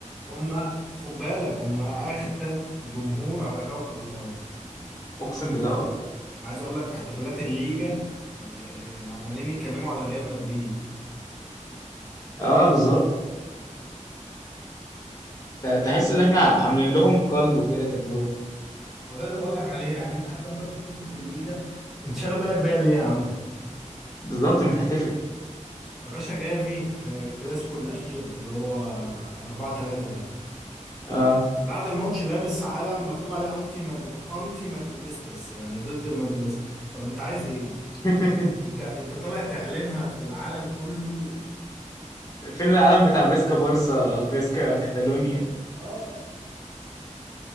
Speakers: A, in the centre; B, on the left.
A: هم خد بالك هم اغتت جمهور على كوكب الارض
B: <laughs> اقسم بالله اه
A: عايز اقول لك في احتفالات الليجا آه، آه، آه، عمالين يتكلموا على ريال مدريد
B: اه بالظبط ت- تحس ان احنا عاملين لهم كل وكده في دماغهم
A: وده اللي بقول لك عليه يعني انت حتى وانت بتحتفل بالليجا انت شاغل بالك بيا ليه يا عم
B: بالظبط ما تحتفل
A: يا باشا جافي في الكلاسيكو الأخير اللي هو 4 3 ده
B: اه
A: بعد الماتش لابس علم مكتوب عليه أنتي مدر... أنتي مدريدستس يعني ضد المدريدس طب أنت عايز إيه؟
B: <laughs>
A: أنت أنت طالع تعلنها في العالم كله
B: فين العالم بتاع فيسكا بارسا فيسكا كاتالونيا
A: آه